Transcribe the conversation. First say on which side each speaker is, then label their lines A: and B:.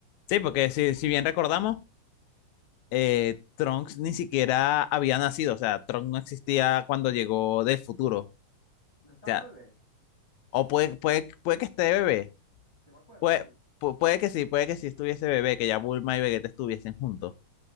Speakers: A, on the left; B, on the left.
A: Sí,
B: qué
A: porque
B: brutal.
A: si, si bien recordamos, eh, Trunks ni siquiera había nacido. O sea, Trunks no existía cuando llegó del futuro. O
B: No estaba
A: sea,
B: bebé,
A: o puede, puede, puede que esté de bebé,
B: yo me acuerdo,
A: Puede,
B: sí,
A: pu- puede que sí, puede que sí estuviese bebé, que ya Bulma y Vegeta estuviesen juntos.